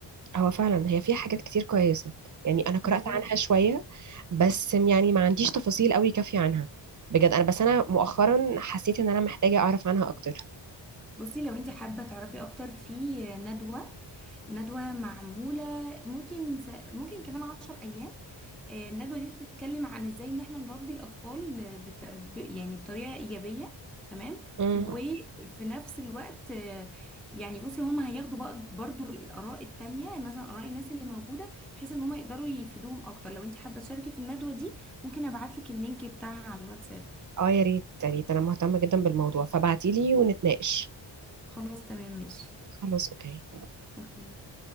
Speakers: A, on the right (about 40°); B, in the centre.
A: هو فعلا هي فيها حاجات كتير كويسة يعني أنا قرأت
B: بالظبط
A: عنها شوية بس يعني ما عنديش تفاصيل قوي كافية عنها بجد أنا بس أنا مؤخرا حسيت إن أنا محتاجة أعرف عنها أكتر
B: بصي لو انت حابة تعرفي أكتر في ندوة ندوة معمولة ممكن س... ممكن كمان عشر أيام آه، الندوة دي بتتكلم عن ازاي ان احنا نربي الأطفال بترب... يعني بطريقة إيجابية تمام
A: امم
B: وفي نفس الوقت آه، يعني بصي هما هياخدوا بقى برضو الآراء التانية مثلا آراء الناس اللي موجودة بحيث ان هما يقدروا يفيدوهم أكتر لو انت حابة تشاركي في الندوة دي ممكن أبعتلك اللينك بتاعها على الواتساب
A: اه يا ريت يا ريت أنا مهتمة جدا بالموضوع فبعتيلي ونتناقش
B: خلاص تمام ماشي
A: خلاص أوكي
B: اوكي